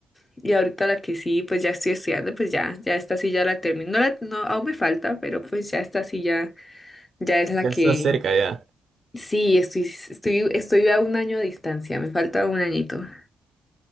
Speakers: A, on the left; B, on the right.
A: y ahorita la que sí, pues ya estoy estudiando, pues ya, ya esta sí ya la termino. No, la- no, aún me falta, pero pues ya esta sí ya, ya es la
B: Ya
A: que
B: está cerca ya.
A: sí, estoy, estoy, estoy a un año de distancia, me falta un añito.